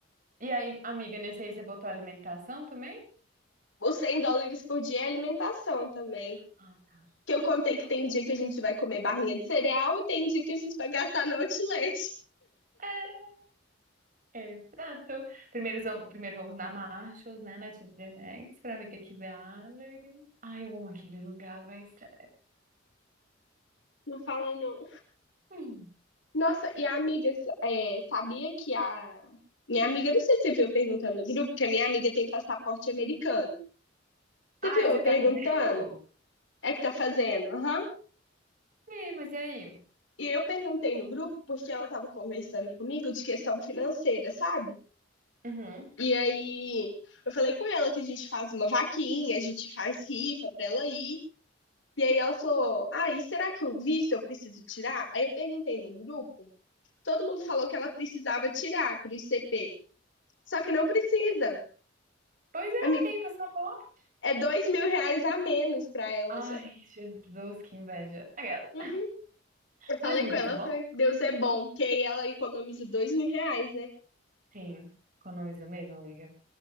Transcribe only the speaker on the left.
Os cem dólares por dia é alimentação também.
Que eu contei que tem dia que a gente vai comer barrinha de cereal e tem dia que a gente vai gastar no outlet.
Não fala, não.
Nossa, e a amiga, é, sabia que a. Minha amiga, não sei se você viu eu perguntando no grupo, que a minha amiga tem passaporte americano. Você
viu
eu perguntando?
É que tá fazendo? Aham.
E eu perguntei no grupo porque ela tava conversando comigo de questão financeira, sabe?
E aí eu falei com ela que a gente faz uma vaquinha, a gente faz rifa pra ela ir. E aí ela falou: Ah, e será que o visto eu preciso tirar? Aí eu perguntei no grupo, todo mundo falou que ela precisava tirar pro ICP. Só que não precisa.
Amiga,
é dois mil reais a menos pra ela
já.
Uhum. Eu falei
com ela,
foi, Deus é bom, porque aí ela economiza dois mil reais, né?